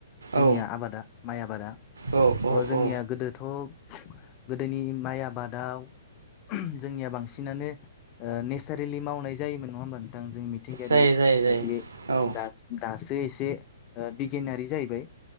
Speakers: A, on the left; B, on the right.
A: जोंनिया
B: औ
A: आबादा माइ आबादा।
B: औ
A: थ'
B: औ
A: जोंनिया
B: औ
A: गोदोथ' गोदोनि माइ आबादाव जोंनिया बांसिनानो ओ नेचारेलि मावनाय जायोमोन नङा होमबा नोंथां जों मि थिंगायारि
B: जायो जायो जायो
A: बायदियै
B: औ
A: दा दासो एसे ओ बिगियानारि जाहैबाय।